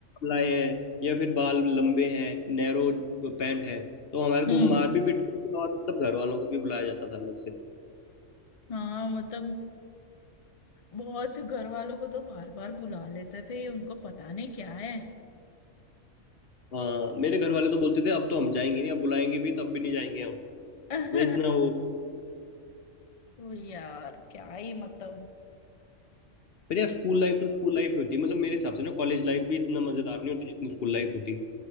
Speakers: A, on the left (about 55°); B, on the left (about 35°).
A: लाए हैं या फिर बाल लंबे हैं नैरो पैंट है तो हमारे को
B: हम्म
A: मार भी पीटती थी और मतलब घर वालों को भी बुलाया जाता था अलग से
B: हाँ मतलब बहुत घर वालों को तो बार बार बुला लेते थे ये उनको पता नहीं क्या है
A: हाँ मेरे घर वाले तो बोलते थे अब तो हम जाएंगे नहीं अब बुलाएंगे भी तब भी नहीं जाएंगे हम मतलब
B: <laughs>
A: इतना वो
B: वो यार क्या ही मतलब
A: फिर यार स्कूल लाइफ तो स्कूल लाइफ ही होती है मतलब मेरे हिसाब से ना कॉलेज लाइफ भी इतना मजेदार नहीं होती जितनी स्कूल लाइफ होती है